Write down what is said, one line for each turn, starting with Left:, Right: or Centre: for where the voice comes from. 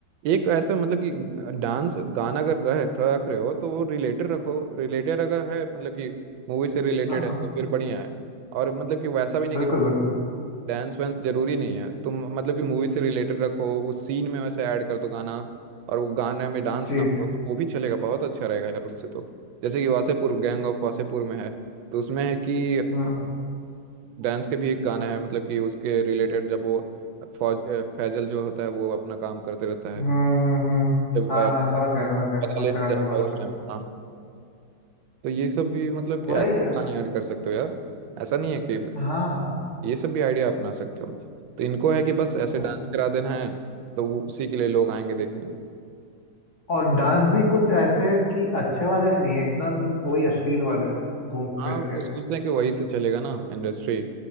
Right: एक ऐसा मतलब कि डांस गाना अगर रख रख रहे हो तो वो रिलेटेड रखो रिलेटेड अगर है मतलब कि मूवी से रिलेटेड
Left: हाँ
Right: है
Left: हाँ
Right: तो फिर बढ़िया है और मतलब कि वैसा भी नहीं
Left: बिल्कुल
Right: कि
Left: बिल्कुल
Right: डांस वांस जरूरी नहीं है तुम मतलब कि मूवी से रिलेटेड रखो उस सीन में वैसे ऐड कर दो गाना और वो गाने में डांस
Left: जी
Right: ना हो
Left: जी
Right: तो वो भी चलेगा बहुत अच्छा रहेगा यार उससे तो जैसे कि वासेपुर गैंग ऑफ वासेपुर में है तो उसमें है कि
Left: हम्म
Right: डांस के भी एक गाना है मतलब कि उसके रिलेटेड जब वो फौज अ, फैजल जो होता है वो अपना काम करते रहता है
Left: हम्म हम्म हम्म।
Right: जब
Left: हाँ
Right: अ,
Left: हाँ समझ गया समझ
Right: पता
Left: गया कौन
Right: लेने
Left: से गाने
Right: जाता
Left: की बात
Right: है उस
Left: कर रहे
Right: टाइम
Left: हो समझ
Right: हाँ
Left: गया
Right: तो ये सब भी मतलब कि
Left: वही
Right: ऐसे
Left: है
Right: गाने ऐड कर सकते हो यार ऐसा नहीं है कि
Left: हाँ हाँ
Right: ये सब भी आइडिया अपना सकते हो तो इनको है कि बस ऐसे
Left: हम्म।
Right: डांस करा देना है तो वो उसी के लिए लोग आएंगे देखने
Left: और डांस भी कुछ ऐसे कि अच्छे वाले नहीं एकदम वही अश्लील वाले घूम
Right: हाँ
Left: फिर के
Right: वो सोचते हैं कि वही से चलेगा ना इंडस्ट्री